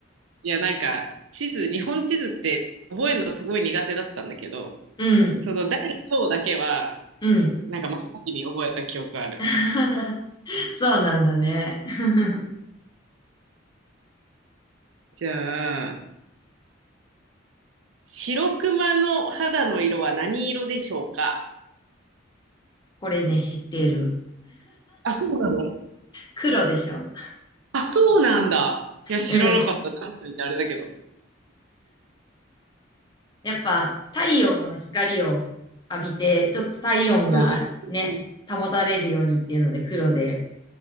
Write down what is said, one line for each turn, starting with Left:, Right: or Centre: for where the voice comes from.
Right: いや、なんか、地図、日本地図って覚えるのすごい苦手だったんだけど、
Left: うん、
Right: その大小だけは、
Left: うん。
Right: なんか真っ先に覚えた記憶ある。
Left: <laughs> そうなんだね。<laughs>
Right: じゃあ、白熊の肌の色は何色でしょうか
Left: これね、知ってる。
Right: あ、そうなの
Left: 黒でしょ。
Right: あ、そうなんだ。いや、知らなかった。
Left: うん。
Right: 出しといてあれだけど。
Left: やっぱ太陽の光を浴びて、ちょっと体温がね、
Right: うんうん
Left: 保たれるようにっていうので黒で、